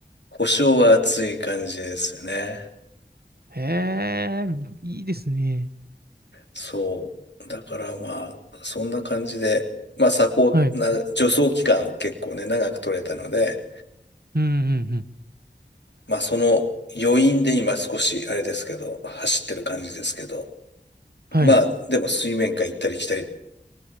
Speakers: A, on the left (about 75°); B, on the right (about 60°).
A: 保証は厚い感じですよね。
B: へえ、いいですね。
A: そう。だからまあ、そんな感じで、まあサポーな、
B: はい。
A: 助走期間を結構ね、長く取れたので、
B: うんうんうん。
A: まあその余韻で今少し、あれですけど、走ってる感じですけど、
B: はい。
A: まあでも水面下行ったり来たり、